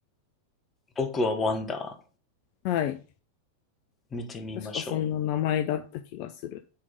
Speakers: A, on the left (about 20°); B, on the left (about 45°).
A: 僕はワンダ
B: はい
A: ー。見てみましょう。
B: 確かそんな名前だった気がする。